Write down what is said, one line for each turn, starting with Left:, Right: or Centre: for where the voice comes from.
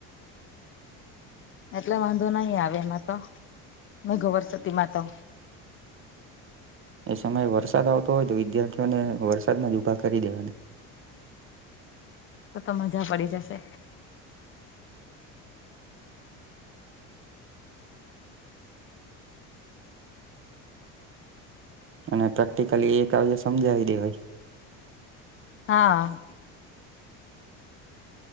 Left: એટલે વાંધો નહી આવે એમાં તો મેગો વર સુતીમાં તો.
Right: એ સમયે વરસાદ આવતો હોય તો વિદ્યાર્થીઓને વરસાદના જ ઊભા કરી દેવાના.
Left: તો તો મજા પડી જશે.
Right: અને પ્રેક્ટિકલી એ કાવ્ય સમજાવી દેવાય.
Left: હા.